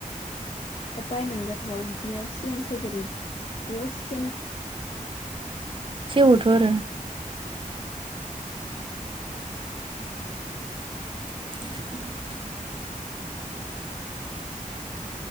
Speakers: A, on the left; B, on the right.
A: दा बायनानै जाथावा उदैया सिगां सेवगोरो दसेनो
B: सेवोथ' आरो <unintelligible> <inaudible>